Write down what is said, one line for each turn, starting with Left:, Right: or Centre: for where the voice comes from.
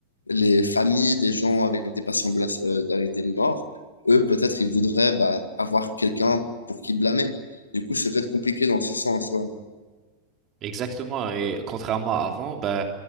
Left: les familles des gens avec des patients blas- euh, avec des morts, eux, peut-être, ils voudraient bah, avoir quelqu'un pour qui blâmer. Du coup, c'est peut-être compliqué dans ce sens. ouais.
Right: Exactement. Et contrairement à avant, ben,